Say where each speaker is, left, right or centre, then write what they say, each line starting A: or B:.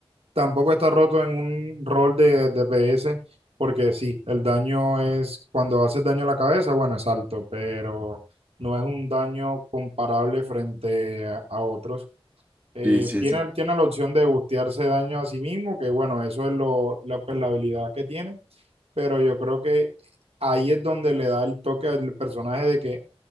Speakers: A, on the right; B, on the right.
A: Tampoco está roto en un rol de DPS, porque sí, el daño es cuando haces daño a la cabeza, bueno, es alto, pero no es un daño comparable frente a, a otros. Eh,
B: Sí, sí,
A: tiene,
B: sí.
A: tiene la opción de bustearse daño a sí mismo, que bueno, eso es lo, la, pues, la habilidad que tiene pero yo creo que ahí es donde le da el toque al personaje de que